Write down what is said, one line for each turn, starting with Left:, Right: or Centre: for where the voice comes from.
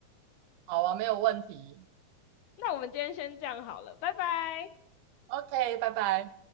Right: 好啊，没有问题。
Left: 那我们今天先这样好了，拜拜。
Right: OK，拜拜。